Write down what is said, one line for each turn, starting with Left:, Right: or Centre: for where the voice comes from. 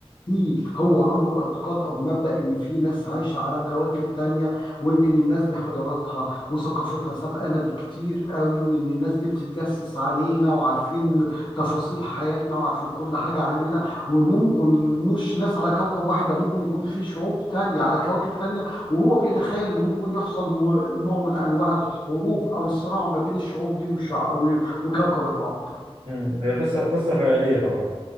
Left: في هو عنده اعتقاد او مبدأ ان في ناس عايشة على كواكب تانية وان الناس دي حضاراتها وثقافتها سابقانا بكتير قوي وان الناس دي بتتجسس علينا وعارفين تفاصيل حياتنا وعارفين كل حاجة عننا وممكن مش ناس على كوكب واحد ده ممكن يكون في شعوب تانية على كواكب تانية وهو بيتخيل ان ممكن يحصل م... نوع من انواع الحروب او الصراع ما بين الشعوب دي وشع... و... وكوكب الارض
Right: امم هي قصه قصه خياليه طبعا